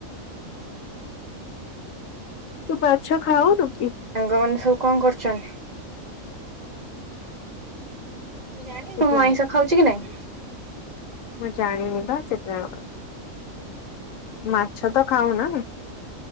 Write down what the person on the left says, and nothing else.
ତୁ ପାଚଛା ଖାଓ ନା
ଶୁଭୁନି
ମୁଁ ଜାଣିନି ବା ସେତେବେଳେ ମାଛ ତ ଖାାଉ ନା